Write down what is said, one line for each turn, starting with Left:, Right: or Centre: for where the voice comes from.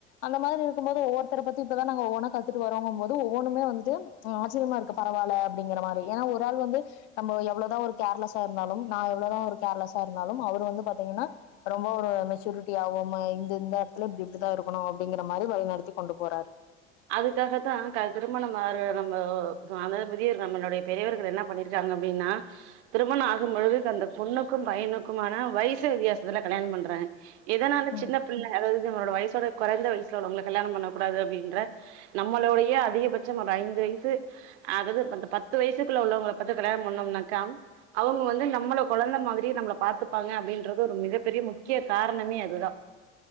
Left: அந்த மாரி இருக்குபோது ஒவ்வொரு த்தர பத்தி இப்பதா நாங்க ஒவ்வொன்னா கத்துட்டு வரங்குபோது ஒவ்வொன்னுமே வந்து ஆச்சரியமா இருக்கு பரவால அப்டிங்கிற மாரி ஏனா ஒரு ஆள் வந்து நம்ம எவ்ளோதா ஒரு கேர்லெஸா இருந்தாலும் நா எவ்ளோதா ஒரு கேர்லெஸா இருந்தாலும் அவரு வந்து பாத்தீங்கன்னா ரொம்ப ஒரு மெச்சூரிட்டி ஆவோம இந்த இந்த எடத்துல இப்டி இப்டிதா இருக்கணு அப்டிங்கிற மாரி வழிநடத்தி கொண்டு போறாரு
Right: அதுக்காகத்தா க திருமணம் ஆர நம்மோ நம்ம அந்த நம்மளுடைய பெரியவர்கள் என்ன பண்ணிரு காங்க அப்டின்னா திருமண ஆகும் பொழுது அந்த பொண்ணுக்கு பையனுக்குமான வயசு வித்தியாசத்துல கல்யாணம் பண்றாங்க எதனால
Left: ம்
Right: சின்ன பிள்ள அதாவது நம்மளோட வயசோட கொறைந்த வயசுல உள்ளவங்கல கல்யாணோ பண்ண கூடாது அப்டின்ற நம்மளோடைய அதிகபச்சம் ஒரு ஐந்து வயசு அதாது இந்த பத்து வயசுக்குள்ள உள்ளவங்கள பாத்து கல்யாணம் பன்னோம்னாக்கா அவங்க வந்து நம்மள கொழந்த மாதிரி நம்மள பாத்துப்பாங்க அப்டின்றது ஒரு மிகப்பெரிய முக்கிய காரணமே அதுதா